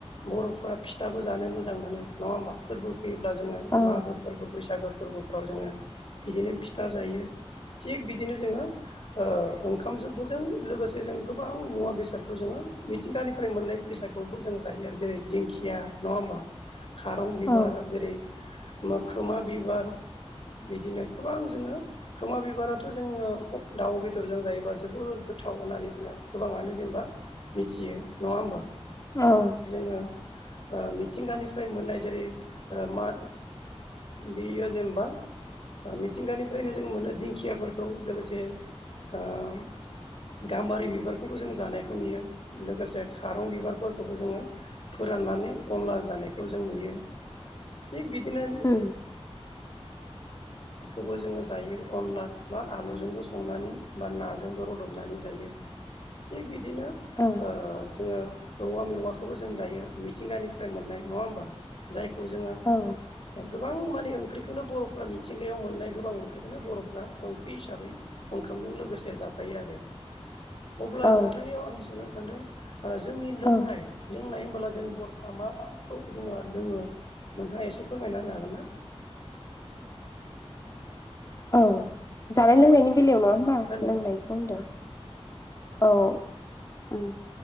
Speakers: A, on the left (about 55°); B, on the left (about 30°).
A: बर'फोरा फिथाबो जानो मोजां मोनो नङा होमबा फोरबो फैयोब्ला जोङो
B: औ
A: मागो फोरबो बैसागो फोरबोफ्राव जोङो बिदिनो फिथा जायो थिग बिदिनो जोङो ओंखाम जबो जों लोगोसे जों गोबां मुवा बेसादखौ जोङो मिथिंगानिफ्राय मोननाय बेसाद मसखौबो जों जायो आरो जेरै दिंखिया नङा होमबा खारं बिबार
B: औ
A: जेरै मोखोमा बिबार बिदिनो गोबां जोङो खोमा बिबाराथ' जोङो दाउ बेदरजों जायोबा जोबोर गोथाव होननानै जोङो गोबाङानो जेनेबा मिथियो। नङा होमबा?
B: औ।
A: ओ ओ मिथिंगानिफ्राय मोननाय जेरै ओ मा बियो जेनबा ओ मिथिंगानिफ्रायनो जों मोनो दिंखियाफोरखौ लोगोसे ओम गाम्बारि बिबारखौबो जों जानायखौ नुयो लोगोसे खारं बिबारफोरखौबो जोङो फोराननानै अनला जानायखो जों नुयो। थिग बिदिनो
B: उम
A: बेखौबो जोङो जायो। अनला बा आलुजोंबो संनानै बा नाजोंबो रदबनानै जायो। थिग बिदिनो
B: औ
A: ओ जोङो औवा मेवाखोबो जों जायो मिथिंगानिफ्राय मोननाय नङा होमबा। जाय खौ जोङो
B: औ
A: गोबां माने ओंख्रिखोनो बर'फोरा मि गायाव मोननाय गोबां ओंख्रिखोनो बर'फ्रा ओंख्रि हिसाबै ओंखामजों लोगोसे जाफायो आरो। अब्ला
B: औ
A: नोंथांनियाव आं सोंनो सानदों ओ जोंनि लोंनाय
B: औ
A: लोंनाय होमबोला जों बर'फ्रा मा माखौ जोंहा लोङो नोंथाङा एसे फोरमायना होनो हागोन ना?
B: <inaudible> औ जानाय लोंनायनि बेलायाव नङा। हबा
A: हेलौ
B: लोंनायखौ होनदों। औ। ओम